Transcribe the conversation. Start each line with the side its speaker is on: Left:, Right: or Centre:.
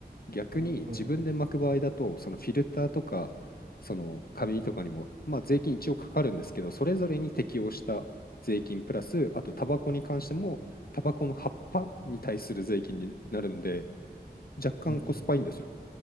Left: 逆に自分で巻く場合だと、
Right: うん。
Left: そのフィルターとか、その紙とかにも、
Right: うん。
Left: まあ、税金一応かかるんですけど、それぞれに適用した税金プラス、あとタバコに関しても、タバコの葉っぱに対する税金になるんで、若干コスパいいんですよ。
Right: うん。